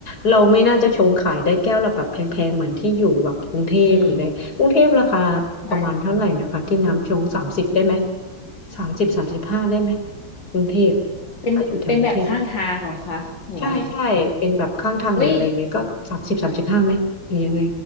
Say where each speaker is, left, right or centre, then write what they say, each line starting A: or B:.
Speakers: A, on the left; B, on the left.
A: เราไม่น่าจะชงขายได้แก้วละแบบแพงๆเหมือนที่อยู่แบบกรุงเทพหรืออะไรกรุงเทพราคา
B: อืมใช่
A: ประมาณเท่าไหร่นะคะที่น้ำชงสามสิบได้ไหมสามสิบสามสิบห้าได้ไหมกรุงเทพ
B: เป็นเป็นแบบข้างทางเหรอคะหรือว่าไง
A: ถ้าอยู่แถวกรุงเทพใช่ใช่เป็นแบบข้างทางหรืออะไรอย่างเงี้ยก็สามสิบสามสิบห้าไหมหรือยังไง
B: อุ้ย